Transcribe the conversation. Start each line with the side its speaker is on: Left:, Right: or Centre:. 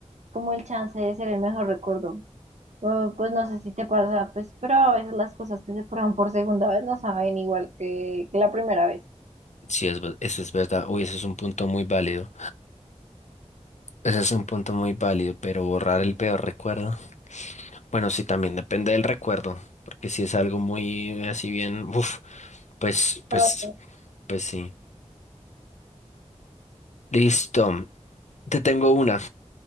Right: como el chance de ser el mejor recuerdo. O, Pues no sé si te pasa, pues, pero a veces las cosas que se prueban por segunda vez no saben igual que, que la primera vez.
Left: Sí, es, ver- eso es verdad, uy, eso es un punto muy válido. Ese es un punto muy válido, pero borrar el peor recuerdo. Bueno, sí, también depende del recuerdo, porque si es algo muy eh, así bien, uff, pues, pues,
Right: Pero,
Left: pues sí. Listo. Te tengo una.